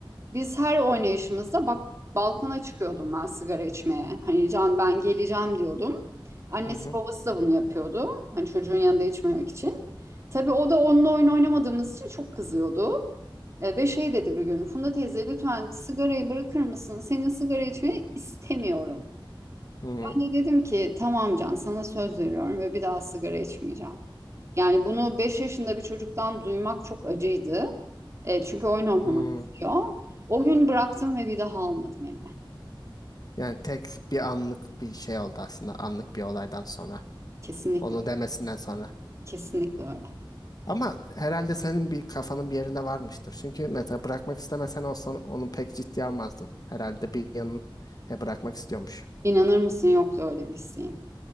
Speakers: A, on the right (about 35°); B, on the left (about 50°).
A: Biz her oynayışımızda bak balkona çıkıyordum ben sigara içmeye. Hani Can ben geleceğim diyordum. Annesi
B: Hı hı.
A: babası da bunu yapıyordu. Hani çocuğun yanında içmemek için. Tabii o da onunla oyun oynamadığımız için çok kızıyordu. E, ve şey dedi bir gün Funda teyze lütfen sigarayı bırakır mısın? Senin sigara içmeni istemiyorum.
B: Hı
A: Ben de dedim ki tamam Can sana söz veriyorum ve bir daha sigara içmeyeceğim. Yani bunu 5 yaşında bir çocuktan duymak çok acıydı. E, çünkü oyun oynamak
B: hı.
A: istiyor. O gün bıraktım ve bir daha almadım elime.
B: Yani tek bir anlık bir şey oldu aslında. Anlık bir olaydan sonra.
A: Kesinlikle
B: Onu
A: öyle.
B: demesinden sonra.
A: Kesinlikle öyle.
B: Ama herhalde senin bir kafanın bir yerinde varmıştır. Çünkü mesela bırakmak istemesen olsan onu pek ciddiye almazdın. Herhalde bir yanın e, bırakmak istiyormuş.
A: İnanır mısın yoktu öyle bir isteğim.